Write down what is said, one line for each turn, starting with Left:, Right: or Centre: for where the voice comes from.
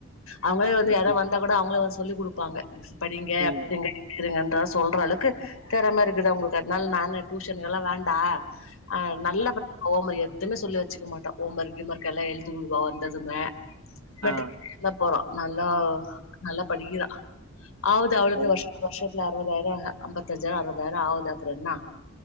Left: அவுங்களே வந்து
Right: இல்ல
Left: யாரது
Right: டியூஷன்
Left: வந்தா கூட அவுங்களே வந்து சொல்லி் குடுப்பாங்க படிங்க
Right: ம்.
Left: அப்டி இருங்க இப்டி இருங்க என்ற சொல்ற அளவுக்கு தெறம இருக்குது அவங்கட்ட அதனால நானு டியூஷன் எல்லா வேண்டா ஆ நல்லா ப ஓ எதுவுமே சொல்ல வச்சிக்க மாட்டோ ஓமர்க் இ மர்க் எல்லா எழுதி விடுவா வந்ததுமே பெட்
Right: ஆ.
Left: நல்லா போறா நல்லா நல்லா படிக்கிறா ஆவது ஆவளுக்கு
Right: ஓ!
Left: வருஷ் வருஷத்துல அறுவதாயிரம் அம்பத்தஞ்சாயிரம் அறுபதாயரம் ஆகுது அப்றம் என்னா